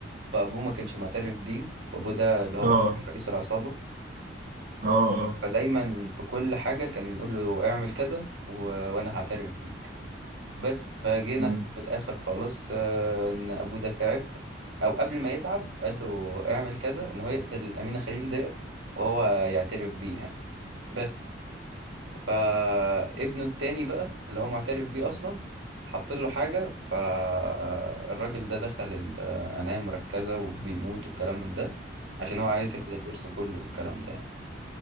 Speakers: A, on the right; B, on the right.
A: فابوه ما كانش معترف بيه وابوه ده اللي هو
B: اه
A: اصلا
B: اه
A: رئيس العصابه
B: اه
A: فدايما في كل حاجه كان يقول له اعمل كذا و... وانا هعترف بيك بس فجينا
B: أمم.
A: في الاخر خالص آه، ان ابوه ده تعب او قبل ما يتعب قال له اعمل كذا ان هو يقتل امينه خليل ديت وهو يعترف بيه يعني بس فابنه التاني بقى اللي هو معترف بيه اصلا حط له حاجه فالراجل ده دخل العنايه المركزه وبيموت والكلام من ده عشان هو عايز ياخد الورث كله والكلام ده يعني